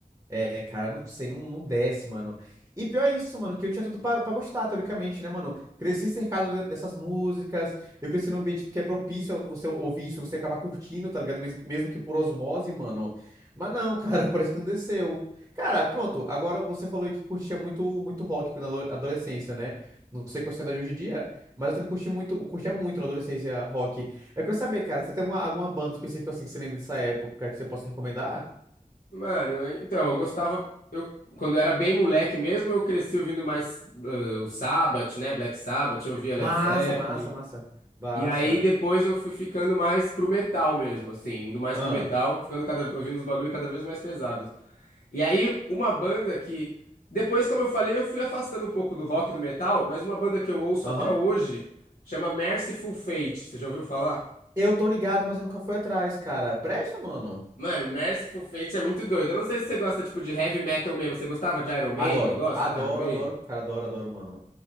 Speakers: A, on the right; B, on the left.
A: É, cara, não sei, não, não desce, mano. E pior é isso, mano, que eu tinha tudo pra, pra gostar, teoricamente, né, mano? Cresci cercado de- dessas músicas, eu cresci num ambiente que é propício a você ouvir isso, você acaba curtindo, tá ligado? Mesmo, mesmo que por osmose, mano. Mas não, cara, <laughs> parece que não desceu. Cara, pronto, agora você falou aí que curtia muito, muito rock na ado- adolescência, né? Não sei qual é a sua idade hoje em dia, mas eu também curti muito, curtia muito na adolescência rock. Eu quero saber, cara, você tem alguma, alguma banda específica assim que você lembra dessa época que você possa recomendar?
B: Mano, é- então, eu gostava. Eu, quando eu era bem moleque mesmo, eu cresci ouvindo mais ah, o Sabbath, né? Black Sabbath, eu ouvia Led
A: Massa,
B: Zeppelin.
A: massa, massa. Massa.
B: E aí depois eu fui ficando mais pro metal mesmo, assim, indo mais
A: Ah,
B: pro metal, ficando cada ouvindo os bagulho cada vez mais pesados. E aí uma banda que depois, como eu falei, eu fui afastando um pouco do rock e do metal, mas uma banda que eu ouço
A: Aham.
B: até hoje chama Merciful Fate. Você já ouviu falar?
A: Eu tô ligado, mas eu nunca fui atrás, cara. Presta, mano.
B: Mano, Merciful Fate é muito doido. Eu não sei se você gosta tipo de heavy metal mesmo. Você gostava de Iron Maiden?
A: Adoro.
B: Gosta?
A: Adoro,
B: Iron Maiden?
A: adoro, cara. Adoro, adoro, mano.